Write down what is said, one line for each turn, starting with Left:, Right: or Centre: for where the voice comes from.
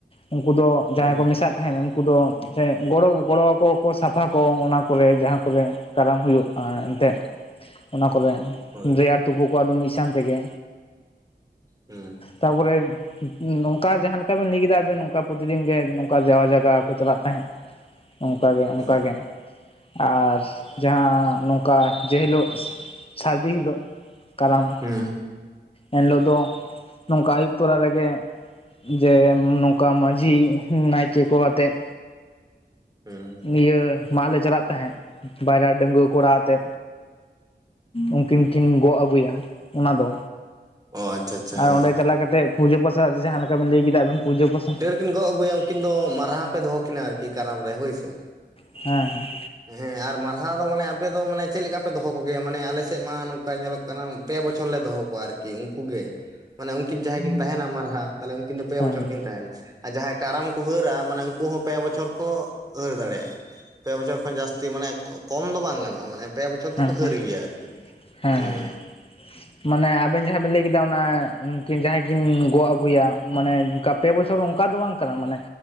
Left: ᱩᱱᱠᱩ ᱫᱚ ᱡᱟᱦᱟᱸᱭ
Right: ᱦᱩᱸ
Left: ᱠᱚ ᱢᱮᱥᱟᱜ ᱛᱟᱦᱮᱱ ᱩᱱᱠᱩ ᱫᱚ ᱥᱮ ᱜᱚᱲᱚ ᱜᱚᱲᱚ ᱟᱠᱚ ᱣᱟᱠᱚ ᱥᱟᱯᱷᱟ ᱠᱚ ᱚᱱᱟ ᱠᱚᱨᱮ ᱡᱟᱦᱟᱸ ᱠᱚᱨᱮ ᱠᱟᱨᱟᱢ ᱦᱩᱭᱩᱜᱼᱟ ᱮᱱᱛᱮᱫ ᱚᱱᱟ ᱠᱚᱨᱮ
Right: ᱦᱳᱭ
Left: ᱨᱮ ᱛᱩᱯᱩ ᱠᱚ ᱟᱫᱚ ᱢᱤᱫ ᱥᱟᱶ ᱛᱮᱜᱮ
Right: ᱦᱩᱸ
Left: ᱛᱟᱯᱚᱨᱮ ᱱᱚᱝᱠᱟ ᱡᱟᱦᱟᱸ ᱞᱮᱠᱟ ᱵᱮᱱ ᱞᱟᱹᱭ ᱠᱮᱫᱟ ᱟᱵᱮᱱ ᱱᱚᱝᱠᱟ ᱯᱨᱚᱛᱤᱫᱤᱱ ᱜᱮ ᱱᱚᱝᱠᱟ ᱡᱟᱣᱟ ᱡᱟᱭᱜᱟ ᱠᱚ ᱪᱟᱞᱟᱜ ᱛᱟᱦᱮᱸᱫ ᱚᱱᱠᱟ ᱜᱮ
Right: ᱦᱩᱸ
Left: ᱚᱱᱠᱟ ᱜᱮ ᱟᱨ ᱡᱟᱦᱟᱸ ᱱᱚᱝᱠᱟ ᱡᱮ ᱦᱤᱞᱳᱜ ᱥᱟᱹᱨᱫᱤ ᱦᱤᱞᱳᱜ ᱠᱟᱨᱟᱢ
Right: ᱦᱩᱸ
Left: ᱮᱱᱦᱤᱞᱳᱜ ᱫᱚ ᱱᱚᱝᱠᱟ ᱟᱹᱭᱩᱵ ᱛᱚᱨᱟ ᱨᱮᱜᱮ ᱡᱮ ᱱᱚᱝᱠᱟ ᱢᱟᱺᱡᱷᱤ ᱱᱟᱭᱠᱮ ᱠᱚ ᱟᱛᱮᱫ
Right: ᱦᱩᱸ
Left: ᱤᱭᱟᱹ ᱢᱟᱜ ᱞᱮ ᱪᱟᱞᱟᱜ ᱛᱟᱦᱮᱸᱫ ᱵᱟᱭᱨᱟ ᱰᱟᱺᱜᱭᱟ. ᱠᱚᱲᱟ ᱟᱛᱮ ᱩᱱᱠᱤᱱ ᱠᱤᱱ ᱜᱚᱜ ᱟᱹᱜᱩᱭᱟ ᱚᱱᱟ ᱫᱚ
Right: ᱚ ᱟᱪᱪᱷᱟ ᱟᱪᱪᱷᱟ
Left: ᱟᱨ
Right: ᱦᱮᱸ
Left: ᱚᱸᱰᱮ ᱪᱟᱞᱟᱣ ᱠᱟᱛᱮᱫ ᱯᱩᱡᱟᱹ ᱯᱟᱥᱟ ᱡᱟᱦᱟᱸ ᱞᱮᱠᱟ ᱵᱤᱱ ᱞᱟᱹᱭ ᱠᱮᱫᱟ ᱟᱵᱤᱱ ᱯᱩᱡᱟᱹ ᱯᱟᱥᱟ
Right: ᱩᱱ ᱠᱤᱱ ᱜᱚᱜ ᱟᱹᱜᱩᱭᱟ ᱩᱱᱠᱤᱱ ᱫᱚ ᱢᱟᱨᱟ ᱯᱮ ᱫᱚᱦᱚ ᱠᱤᱱᱟ ᱟᱨᱠᱤ ᱠᱟᱨᱟᱢ ᱨᱮ ᱦᱳᱭᱥᱮ
Left: ᱦᱮᱸ ᱦᱮᱸ
Right: ᱦᱮᱸ ᱟᱨ ᱢᱟᱨᱟᱦᱟ ᱢᱟᱱᱮ ᱟᱯᱮᱚ ᱢᱟᱱᱮ ᱪᱮᱫ ᱞᱮᱠᱟ ᱯᱮ ᱫᱚᱦᱚ ᱠᱚᱜᱮᱭᱟ ᱢᱟᱱᱮ ᱟᱞᱮᱥᱮᱫ ᱢᱟ ᱱᱚᱝᱠᱟ ᱧᱮᱞᱚᱜ ᱠᱟᱱᱟ ᱯᱮ ᱵᱚᱪᱷᱚᱨᱞ ᱞᱮ ᱫᱚᱦᱚ ᱠᱚᱣᱟ ᱟᱨᱠᱤ ᱠᱤ ᱩᱱᱠᱩᱜ ᱜᱮ ᱢᱟᱱᱮ ᱩᱱᱠᱤᱱ ᱡᱟᱦᱟᱸᱭ ᱠᱤᱱ ᱛᱟᱦᱮᱱᱟ ᱢᱟᱨᱦᱟ ᱛᱟᱦᱚᱞᱮ ᱩᱱᱠᱤᱱ ᱫᱚ ᱯᱮᱭᱟ
Left: ᱦᱮᱸ
Right: ᱵᱚᱪᱷᱚᱨ
Left: ᱦᱮᱸ
Right: ᱠᱤᱱ ᱛᱟᱦᱮᱱᱟ ᱟᱨ ᱡᱟᱦᱟᱸᱭ ᱠᱟᱨᱟᱢ ᱠᱚ ᱦᱟᱹᱨᱟ ᱢᱟᱱᱮ ᱩᱱᱠᱩ ᱦᱚᱸ ᱯᱮ ᱵᱚᱪᱷᱚᱨ ᱠᱚ ᱦᱟᱹᱨ ᱫᱟᱲᱮᱭᱟᱜᱼᱟ ᱯᱮ ᱵᱚᱪᱷᱚᱨ ᱠᱷᱚᱱ ᱡᱟᱹᱥᱛᱤ ᱢᱟᱱᱮ ᱠᱚᱢ ᱫᱚ ᱵᱟᱝ ᱜᱟᱱᱚᱜᱼᱟ ᱢᱟᱱᱮ ᱯᱮ ᱵᱚᱪᱷᱚᱨ ᱫᱚᱠᱚ
Left: ᱦᱮᱸ
Right: ᱦᱟᱹᱨ
Left: ᱦᱮᱸ
Right: ᱜᱮᱭᱟ ᱟᱨᱠᱤ
Left: ᱦᱮᱸ
Right: ᱢᱤᱱᱤᱢᱟᱢ
Left: ᱢᱟᱱᱮ ᱟᱵᱮᱱ ᱡᱟᱦᱟᱸ ᱵᱤᱱ ᱞᱟᱹᱭ ᱠᱮᱫᱟ ᱚᱱᱟ ᱱᱩᱠᱤᱱ ᱡᱟᱦᱟᱸᱭ ᱜᱚᱜ ᱟᱹᱜᱩᱭᱟ ᱢᱟᱱᱮ ᱚᱱᱠᱟ ᱯᱮ ᱵᱚᱪᱷᱚᱨ ᱚᱱᱠᱟ ᱫᱚ ᱵᱟᱝ ᱠᱟᱱᱟ ᱢᱟᱱᱮ